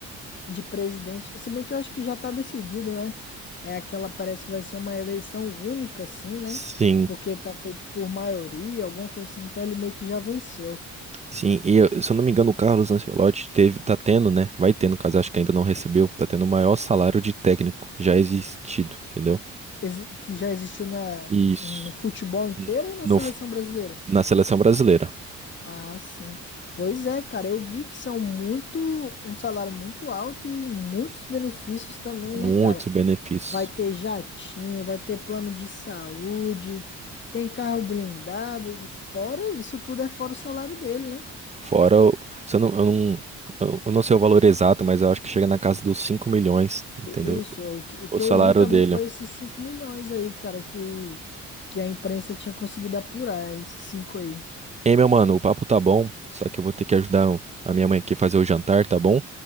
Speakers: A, on the left; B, on the right.
A: de presidente. Se bem que eu acho que já tá decidido, né? É aquela, parece que vai ser uma eleição única, assim, né?
B: Sim,
A: Porque tá feito por maioria, alguma coisa assim. Então ele meio que já venceu.
B: sim. E eu- se eu não me engano, o Carlos Ancelotti teve, tá tendo, né? Vai ter, no caso, acho que ainda não recebeu, tá tendo o maior salário de técnico já existido, entendeu?
A: Exi- que já existiu na,
B: Isso.
A: no futebol inteiro
B: N-
A: ou na
B: No,
A: seleção
B: f-
A: brasileira?
B: na seleção brasileira.
A: Ah, sim. Pois é, cara, eu vi que são muito, um salário muito alto e muitos benefícios também,
B: Muitos
A: né, cara?
B: benefícios.
A: Vai ter jatinho, vai ter plano de saúde, tem carro blindado e fora, isso tudo é fora o salário dele, né?
B: Fora, o- se eu não, eu não, eu eu não sei o valor exato, mas eu acho que chega na casa dos 5 milhões, entendeu?
A: Isso, o que, o que
B: O salário
A: eu li também
B: dele.
A: foi esses 5 milhões aí, cara, que, que a imprensa tinha conseguido apurar, esses 5 aí.
B: Ei, meu mano, o papo tá bom, só que eu vou ter que ajudar a minha mãe aqui a fazer o jantar, tá bom?